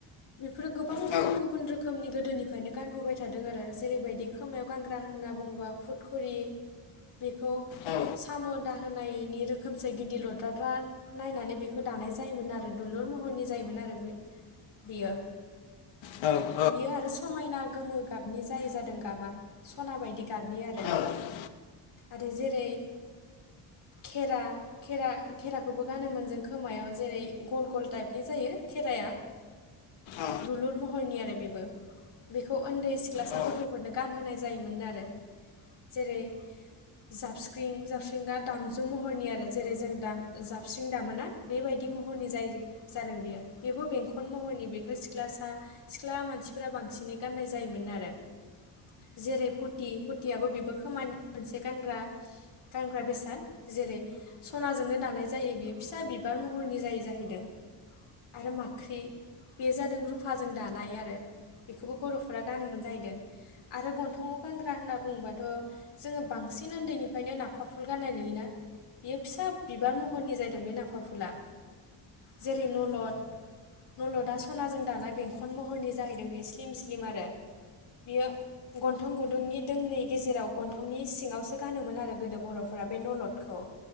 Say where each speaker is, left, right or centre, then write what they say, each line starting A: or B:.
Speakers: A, on the left (about 65°); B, on the left (about 85°).
A: बेफोरो गोबां
B: ना
A: गुबुन गुबुन रोखोमनि गोदोनिफ्रायनो गानबोबाय थादों आरो जेरैबायदि खोमायाव गानग्रा होनना बुङोबा फुटखुरि। बेखौ
B: औ
A: खाम' दााहायनि रोखोमसे गिदिर लद्राद्रा नायनानै बेखौ दानाय जायोमोन आरो दुलुर मह नि जायोमोन आरो बे बेयो।
B: औ
A: बियो आरो समायना गोमो गाबनि जाय जादों गाबा सना बायदि गाबनि आरो।
B: औ
A: आरो जेरै खेरा खेरा खेराखौबो गानोमोन जों खोमायाव जेरै गल गल टाइपनि जायो खेराया।
B: औ
A: दुलुर महरनि आरो बेबो। बेखौ उन्दै सिख्लासा
B: औ
A: गथ'फोरनो गानहोनाय जायोमोन आरो। जेरै जाबस्ख्रिं जा जाबस्रिं दामजु महरनि आरो जेरै जों जाबस्रिं दामोना बेबायदि महरनि जायो जो जा आरोन बेयो बेबो बेंखन महरनि बेखौ सिख्लासा सिख्ला मानसिफोरा बांसिनै गाननाय जायोमोन नो आ रो जेरै पुति पुतियाबो बेबो खोमानि मोनसे गानग्रा। गानग्रा बेसाद जेरै सनाजोंनो दानाय जायो बियो फिसा बि बार महरनि जायै जाहैदों आरो माख ख्रि बे जादों रुफाजों दानाय आरो बेखौबो बर' फोरा गानोमोन जाहैदों आरो गन्थंआव गानग्रा होनना बुङोबाथ' जोङो बांसिन उन्दैनिफ्रायनो नाग फाफुल गाननाय नुयोना बियो फिसा बिबार महरनि ज जादों बे नाफा फुला। जेरै नलद नलदा सनाजों दानाय बेंखन महरनि जाहैदों बे स्लिम स्लिम आरो बियो गन्थं गुदुंनि दोंनै गेजेराव गन्थंनि सिङावसो गानोमोन आरो गोदो बर'फोरा बे नलदखौ